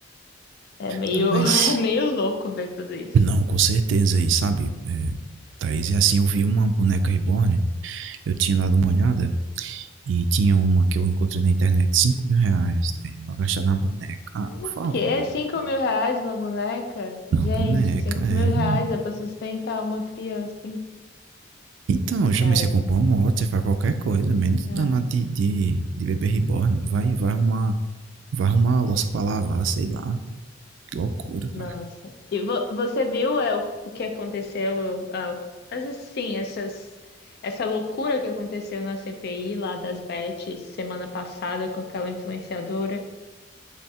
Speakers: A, on the left; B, on the right.
A: é meio,
B: Não, mas.
A: <laughs> é meio louco ver tudo isso.
B: Não, com certeza aí, sabe? É, Thaís, e assim, eu vi uma boneca reborn, eu tinha dado uma olhada, e tinha uma que eu encontrei na internet, cinco mil reais, Thaís, eu vou gastar na boneca. Ah,
A: O
B: por favor,
A: quê?
B: né?
A: Cinco
B: meu
A: mil reais uma boneca? Gente,
B: Na boneca,
A: cinco
B: é,
A: mil reais
B: rapaz.
A: é pra sustentar uma criança.
B: Então, já
A: Cara,
B: me você compra uma moto, você faz qualquer coisa, menos
A: é.
B: danado de, de, de bebê reborn, vai, vai arrumar, vai arrumar a louça pra lavar, sei lá, pô. Loucura, cara.
A: Nossa. E vo- você viu é, o, o que aconteceu? ah, o- Às vezes, sim, essas, essa loucura que aconteceu na CPI lá das Bet semana passada com aquela influenciadora,